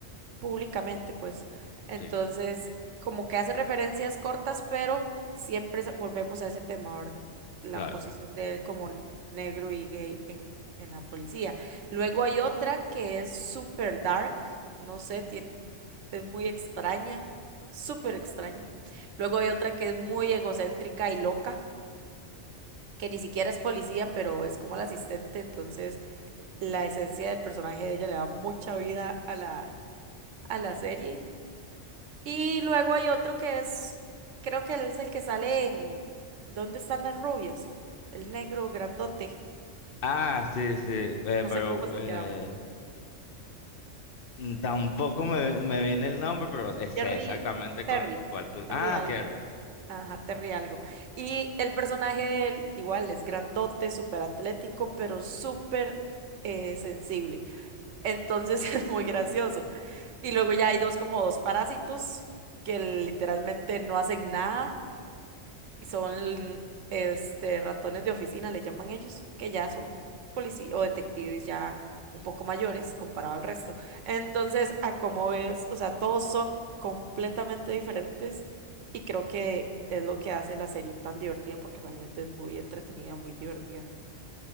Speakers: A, on the right (about 80°); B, on the left (about 55°).
A: públicamente, pues. Entonces,
B: Sí,
A: como que hace referencias cortas, pero siempre sa- volvemos a ese tema, ¿verdad? La
B: claro.
A: posición de él como n- negro y gay en, en la policía. Luego hay otra que es super dark, no sé, tiene, es muy extraña, súper extraña. Luego hay otra que es muy egocéntrica y loca, que ni siquiera es policía, pero es como la asistente, entonces la esencia del personaje de ella le da mucha vida a la, a la serie. Y luego hay otro que es, creo que él es el que sale en ¿Dónde están las rubias? El negro grandote,
B: Ah, sí, sí, eh,
A: no
B: pero
A: sé cómo se
B: eh,
A: llama.
B: mm, tampoco me, me viene el nombre, pero sé
A: Terry,
B: exactamente
A: Terry,
B: cuán- cuál, tú...
A: Terry
B: Ah,
A: algo.
B: que
A: Ajá, Terry algo. Y el personaje de él, igual, es grandote, súper atlético, pero súper eh, sensible. Entonces <laughs> es muy gracioso. Y luego ya hay dos como dos parásitos que literalmente no hacen nada y son este ratones de oficina, le llaman ellos, que ya son policías o detectives ya un poco mayores comparado al resto. Entonces, a como ves, o sea, todos son completamente diferentes y creo que es lo que hace la serie tan divertida porque realmente es muy entretenida, muy divertida.